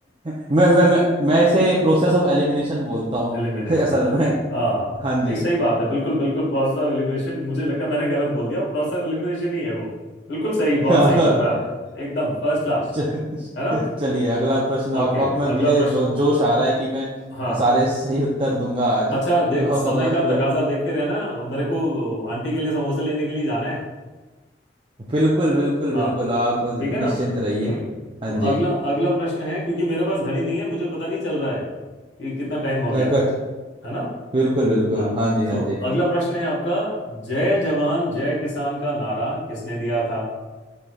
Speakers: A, on the right (about 30°); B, on the left (about 80°).
A: मैं मैं मैं मैं इसे प्रोसेस ऑफ एलिमिनेशन बोलता हूँ
B: एलिमिनेशन
A: <laughs> असल
B: <laughs>
A: में
B: हाँ
A: हाँ जी
B: नहीं सही बात है बिल्कुल बिल्कुल प्रोसेस ऑफ एलिमिनेशन मुझे लगता है मैंने गलत बोल दिया वो प्रोसेस ऑफ एलिमिनेशन ही है वो बिल्कुल सही बहुत
A: <laughs>
B: सही चल रहा है आपका एकदम फर्स्ट क्लास
A: च- <laughs>
B: है ना
A: चलिए अगला प्रश्न
B: ओके
A: अब अब मैं
B: अगला
A: मुझे
B: प्रश्न
A: जो जोश आ रहा है कि मैं
B: हाँ
A: सारे सही उत्तर दूंगा आज
B: अच्छा देख
A: तो
B: समय
A: आप अगला
B: का
A: प्रश्न
B: तकाजा देखते रहना वो मेरे को आंटी के लिए समोसे लेने के लिए जाना है
A: बिल्कुल बिल्कुल
B: हाँ
A: बिल्कुल आप
B: ठीक है ना
A: निश्चिंत रहिए
B: हम्म
A: हाँ
B: तो
A: जी
B: अगला अगला प्रश्न है क्योंकि मेरे पास घड़ी नहीं है मुझे पता नहीं चल रहा है कि कितना टाइम हो
A: तो
B: गया है
A: कट
B: है ना
A: बिल्कुल बिल्कुल
B: हाँ
A: हाँ जी
B: सो
A: हाँ जी
B: अगला प्रश्न है आपका जय जवान जय किसान का नारा किसने दिया था